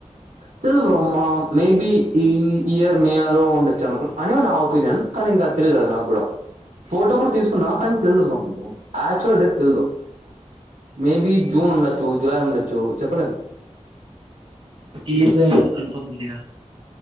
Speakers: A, on the right; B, on the right.
A: తెలిదు బ్రో మా మేబి ఈ ఇయర్ మేయాలో ఉండొచ్చు అనుకు అని నా ఒపీనియన్ కానీ ఇంకా తెలీదు అది నాకు కూడా ఫోటో కూడా తీసుకున్నా కానీ తెలిదు బ్రోకు యాక్చువల్ డేట్ తెలిదు మేబి జూన్ ఉండొచ్చు జులై ఉండొచ్చు చెప్పలేము
B: ఈజ అనేది కన్ఫర్మ్ ఉందిగా